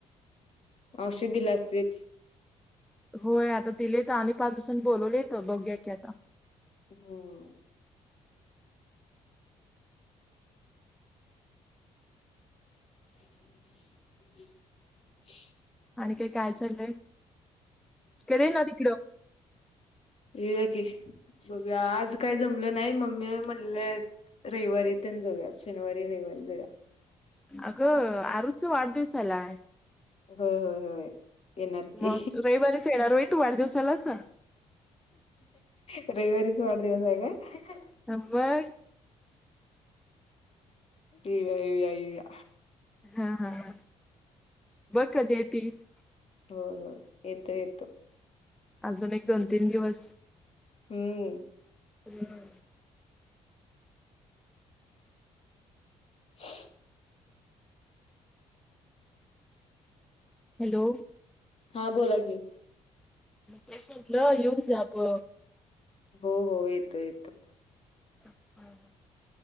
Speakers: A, on the left; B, in the centre.
A: औषध दिला असतील
B: होय आता तिले तर आणि पाच दिवसांनी बोलवले तर बघ्या की आता
A: हम्म <unintelligible>
B: आणि काही काय चालय कडे ना तिकडं
A: ये की बघूया आज काय जमलं नाही मम्मी म्हणलेय रविवारीत जाऊया शनिवारी रविवारी जाऊया
B: अगं अरुच वाढदिवसालाय
A: होय होय होय येणारखी
B: मग रविवारीच येणार होय तू वाढदिवसालाच
A: रविवारीच वाढदिवस आहे का
B: <inaudible>
A: येव ये्या अव्या
B: हा हा ह बघ कध तस
A: हो हो येतो येतो
B: अजून एक दोन तीन दिवस
A: हम्म
B: हम्
A: <inaudible>
B: हॅलो
A: हा बोला की,
B: तेच म्हणलं येऊन ब
A: हो हो येतो येतो.
B: <unintelligible>